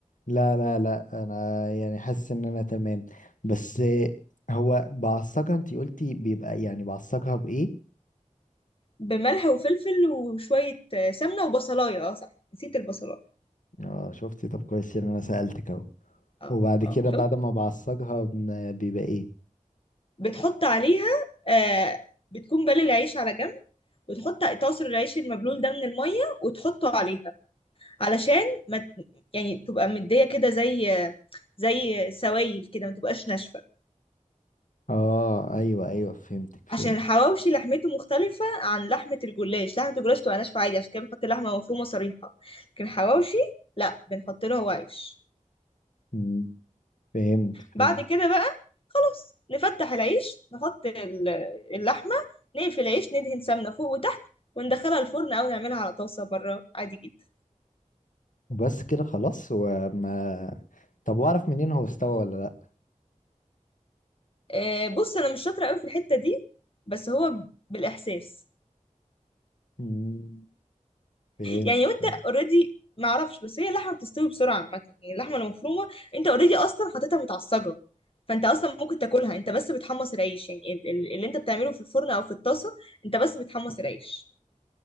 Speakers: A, on the left; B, on the left.
A: لا لا لا انا يعني حاسس ان انا تمام بس هو بعصقها انتي قلتي بيبقى يعني بعصقها بايه
B: بملح وفلفل وشوية آه، سمنة وبصلاية اه صح نسيت البصلاية
A: اه شفتي طب كويس ان انا سألتك اهو
B: اه
A: وبعد
B: اه
A: كده
B: شفت
A: بعد ما بعصقها بن- بيبقى ايه
B: بتحط عليها آه بتكون بالي العيش على جنب وتحط تعصر العيش المبلول ده من المية وتحطه عليها علشان ما ت- يعني تبقى مدية كده زي زي سوائل كده ما تبقاش ناشفة
A: اه ايوه ايوه فهمتك فهمت
B: عشان الحواوشي لحمته مختلفة عن لحمة الجلاش لحمة الجلاش تبقى ناشفة عادي عشان كده بنحط لحمة مفرومة صريحة لكن الحواوشي لا بنحط له هو عيش
A: مم، فهمت
B: بعد
A: فهمت
B: كده بقى خلاص نفتح العيش نحط ال- اللحمة نقفل العيش ندهن سمنة فوق وتحت وندخلها الفرن أو نعملها على طاسة بره عادي جدا
A: وبس كده خلاص وما طب واعرف منين هو استوى ولا لا
B: آه، بص انا مش شاطره قوي في الحته دي بس هو بالاحساس
A: مم، فهمت
B: يعني
A: فهمت
B: وانت اوريدي ما اعرفش بس هي اللحمه بتستوي بسرعه عامه يعني اللحمه المفرومه انت اوريدي اصلا حاططها متعصجه فانت اصلا ممكن تاكلها انت بس بتحمص العيش يعني ال- ال- اللي انت بتعمله في الفرن او في الطاسه انت بس بتحمص العيش